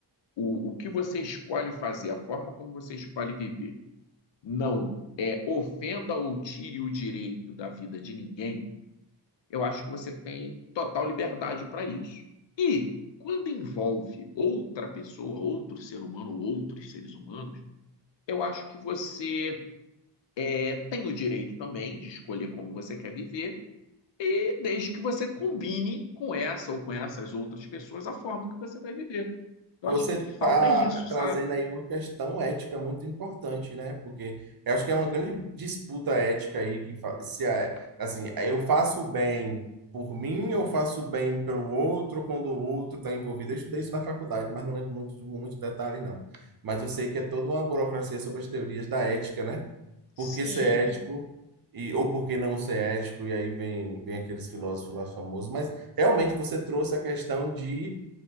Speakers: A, on the left; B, on the right.
A: o, o que você escolhe fazer, a forma como você escolhe viver não é, ofenda ou tire o direito da vida de ninguém, eu acho que você tem total liberdade para isso. E quando envolve outra pessoa, outro ser humano ou outros seres humanos, eu acho que você é, tem o direito também de escolher como você quer viver, e desde que você combine com essa ou com essas outras pessoas a forma que você vai viver. Eu
B: Você
A: acho que o
B: está
A: que falta é isso, sabe?
B: trazendo aí uma questão ética muito importante, né? Porque eu acho que é uma grande disputa ética aí que fa- se a- assim, eu faço o bem por mim ou faço o bem pelo outro quando o outro está envolvido. Eu estudei isso na faculdade, mas não lembro muito, muitos detalhes, não. Mas eu sei que é toda uma burocracia sobre as teorias da ética, né? Por
A: Sim,
B: que ser ético e ou por que não ser ético? E aí vem vem aqueles filósofos lá famosos, mas Realmente você trouxe a questão de